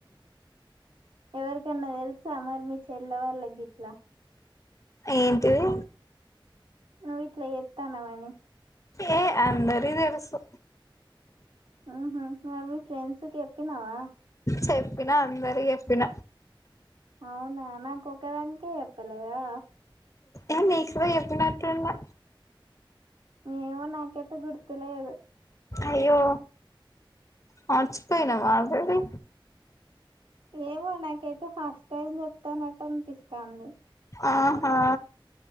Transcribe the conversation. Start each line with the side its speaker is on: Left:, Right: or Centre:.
Right: ఆ ఎవరికన్నా తెలుసా మరి మీ చెల్లవల్ల కి గిట్ల
Left: ఏంటివి
Right: నువు ఇట్ల చేత్తానవ్ అని
Left: ఏ అందరికి తెలుసు
Right: హ మరి మీ ఫ్రెండ్స్కి చెప్పినావా
Left: చెప్పినా అందరి చెప్పిన
Right: అవునా నాకు ఒకదానికే చెప్పలేదా
Left: ఏ నీకు కూడా చెప్పినట్టున్నా
Right: ఏమో నాకైతే గుర్తులేదు
Left: అయ్యో మార్చిపోయినవా ఆల్రెడీ
Right: ఏమో నాకైతే ఫస్ట్ టైం చెప్తానట్టు అనిపిస్తాంది
Left: ఆహా